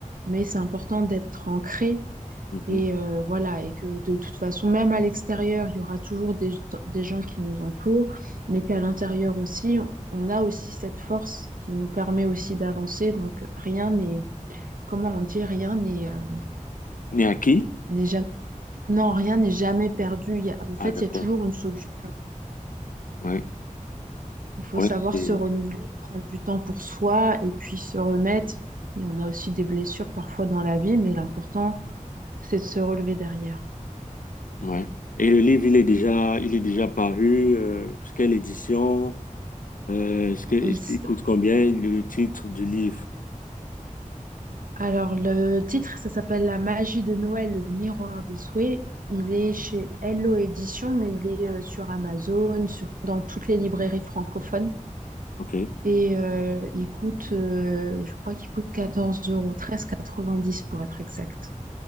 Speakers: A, on the right; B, on the left.
A: mais c'est important d'être ancré
B: Mhm.
A: et euh, voilà, et que de toute façon, même à l'extérieur, il y aura toujours des, des gens qui nous entourent, mais qu'à l'intérieur aussi, on a aussi cette force qui nous permet aussi d'avancer. Donc rien n'est, comment on dit, rien n'est euh,
B: Né à qui?
A: n'est jamais, non, rien n'est jamais perdu. Il y a- en fait,
B: Ah, d'accord.
A: il y a toujours une solution.
B: Oui.
A: Il faut
B: Ouais,
A: savoir
B: c'est-
A: se renouveler, prendre du temps pour soi et puis se remettre. Et on a aussi des blessures parfois dans la vie, mais l'important, c'est de se relever derrière.
B: ouais. Et le livre, il est déjà, il est déjà paru. euh, quelle édition? Euh, est-ce que, est-ce
A: Il s-
B: qu'il coûte combien le titre du livre?
A: Alors, le titre, ça s'appelle La magie de Noël, le miroir des souhaits. Il est chez Hello Édition, mais il est euh, sur Amazon, sur... dans toutes les librairies francophones.
B: Ok.
A: Et euh, il coûte, euh, je crois qu'il coûte 14 euros, 13,90 pour être exact.